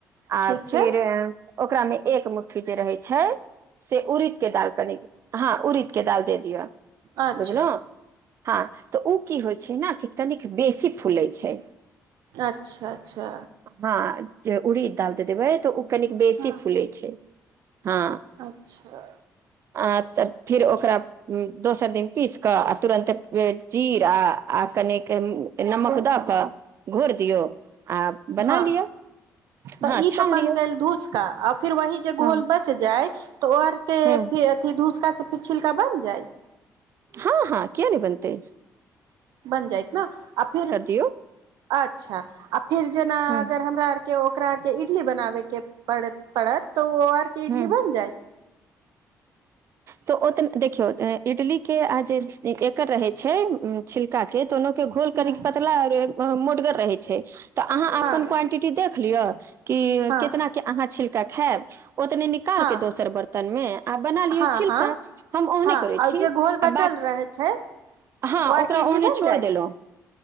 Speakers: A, on the right; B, on the right.
A: आ
B: ठीक छै
A: फिर। ओकरा मे एक मुठ्ठी जे रहै छै। से उड़द के दाल करनेगे। हँ उड़ीदके दाल दे दियौ।
B: अच्छा।
A: बुझलहुँ हँ तऽ ओ। ओ की होइ छै ने कि कनिक बेसी फूलै छै।
B: अच्छा अच्छा।
A: हँ जे उड़ी डाल देबै तऽ। कनिक बेसी
B: हँ
A: फूलै छै। हँ
B: अच्छा।
A: आ तब फिर ओकरा दोसर दिन पीस कऽ आ तुरन्त। चीर आ आ कनेिक नमक दऽ कऽ। घोर दियौ आ बना
B: हँ
A: लिअ।
B: तऽ
A: हँ
B: ई
A: छान
B: तऽ बनि
A: लियौ
B: गेल धूस। क अप। फिर वही जे
A: हँ
B: घोल बच जाय। तऽ और के
A: हँ
B: फर अथिी दूसका से। फर छिलका बन जाइ।
A: हँ हँ क्य न बनते।
B: बन जायत ने आ फेर
A: दियौ
B: अच्छा आ फेर जेना
A: हँ
B: अगर हमरा आर। के ओकरा के इडली बनाबे के पड़त पड़त। त ओ आर क
A: हँ
B: इडल बन जाइ।
A: तऽ ओत देखियौ इडलीे आ जे एकर रहै छै छिलकाे तऽ। के घोल
B: हँ
A: कनिक पतला आर मो। रहै छै। तऽ अहाँ अपन
B: हँ
A: क्वाानटिटी देख। कहलियअ। क
B: हँ
A: केितना के अहाँ छ। ा खैब। ओतनी निकाल
B: हँ
A: के दोसर बर्तन मे। बना लिया
B: हँ हँ
A: हम ओ
B: हँ
A: करै
B: आ
A: छी
B: जे घोल
A: आ
B: बचल रहै छै
A: ह
B: आरके
A: ओकरा
B: इडली
A: ओ
B: बनि
A: छो
B: जायत
A: देलहुँ